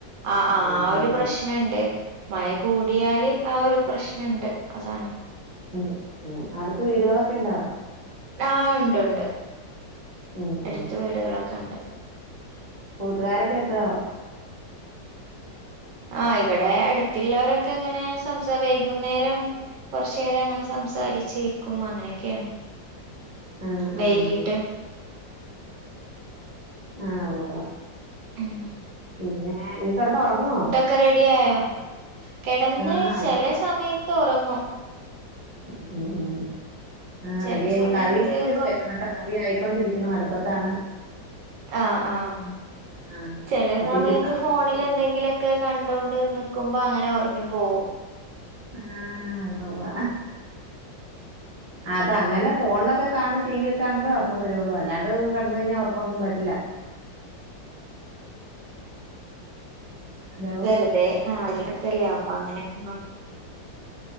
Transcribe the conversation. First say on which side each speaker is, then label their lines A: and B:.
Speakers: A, on the right; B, on the right.
A: ആഹ്
B: ഓഹ്
A: ആഹ്
B: ഓഹ്
A: ഒരു പ്രശ്നം
B: ഓഹ്
A: പ്രശനണ്ട് മഴ കൂടിയാല് ആ ഒരു പ്രശ്നം ഇണ്ട് അതാണ്
B: ഉം ഉം ഉം അടുത്ത് വീടുകളൊക്കെ ഉണ്ടോ
A: ആ ഉണ്ട് ഉണ്ട്
B: ഉം
A: എടുത്ത്
B: ഉം
A: വീടുകളൊക്കെ ഉണ്ട്
B: കൂട്ടുകാരൊക്കെ ഒത്തൊ
A: ആഹ ഇവിടെ അടുത്തിള്ളോരൊക്കെ ഇങ്ങനെ സംസ വൈകുന്നേരം കൊറച്ചു നേരം അങ്ങനെ സംസാരിച്ചിരിക്കും അങ്ങനെയൊക്കെയാണ്
B: ആഹ്
A: വൈകിട്ട്
B: ആഹ് ആഹ ഉവ്വ ഉവ്വ
A: ഉം
B: പിന്നെ ഇനി കെടന്നു ഉറങ്ങുവോ
A: ഒക്കെ റെഡി ആയോ കെടന്ന്
B: ആഹ് ആയിക്കോട്ടെ
A: ചെലേ സമയത്ത് ഉറങ്ങും
B: ഉം ഉം ഉം ആ
A: ചില
B: റെഡിയായി
A: സമയത്ത്
B: കറിയും കൂടി ഒന്ന്
A: കൊ
B: വെക്കണട്ടോ കറി ആയിക്കൊണ്ടിരിക്ക്ണു അടുപ്പത്താണ്
A: ആഹ ആഹ
B: ആഹ്
A: ചെലെ
B: അപ്പൊ
A: സമയത്ത്
B: ഇച്ചിരി താമസിച്ചു
A: ഫോണിൽ
B: പോയിന്നേ
A: എന്തെങ്കിലു ഒക്കെ ഒക്കെ കണ്ടോണ്ട് നിക്കുമ്പോ അങ്ങനെ ഉറങ്ങി പോവും
B: ആഹ ഉവ്വ ഉവ്വ അതങ്ങനെ ഫോണിലൊക്കെ കാണ് ടിവിയൊക്കെ കാണുമ്പൊഴേ ഉറക്കം വരുള്ളു അല്ലാണ്ട് കെടന്ന് കഴിഞ്ഞാൽ ഉറക്കൊന്നും വരില്ല ഹലോ
A: വെറുതെ <unintelligible> അപ്പ അങ്ങനെ അങ്ങ്